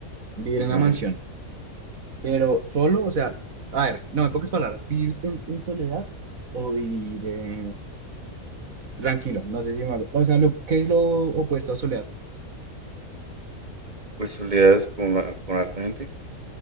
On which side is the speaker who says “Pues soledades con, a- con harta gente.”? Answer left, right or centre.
Right